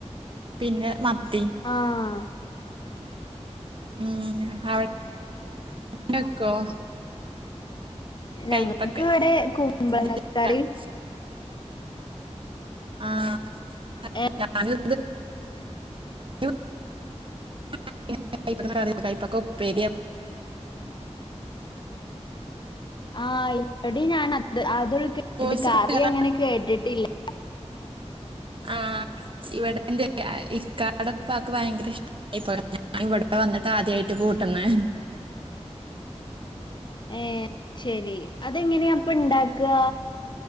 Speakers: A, on the right; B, on the left.
A: പിന്നെ മത്തി
B: ആഹ്.
A: ഹ്മ്മ് അവ <inaudible> ഡെക്കോ
B: ഞങ്ങൾക്ക്
A: കൈപ്പക്കൈ
B: ഇവിടെ കുമ്പളങ്ങ
A: <unintelligible>
B: കറി
A: <inaudible> ആഹ്
B: ഏ
A: ഞാനും <unintelligible> <unintelligible> കൈപ്പങ്ങ കറി കൈപ്പക്ക ഉപ്പേരിയാ
B: ആഹ് ഇപ്പടി ഞാനത് അതുൽ കേട്ട്
A: വോയിസ്
B: കറി
A: ക്ലിയർ
B: അങ്ങനെ കേട്ട്ട്ടില്ല <inaudible>
A: ആഹ് ഇവടെ എന്താറിയാ ഏഹ് ഇക്കാടെ ഇപ്പാക്ക് ഭയങ്കര ഇഷ്ട <unintelligible> ഇവടെ വന്നിട്ട് ആദ്യായ്ട്ട് കൂട്ടുന്നെ
B: ഏഹ് ശെരി അതെങ്ങനെയാ അപ്പണ്ടാക്കാ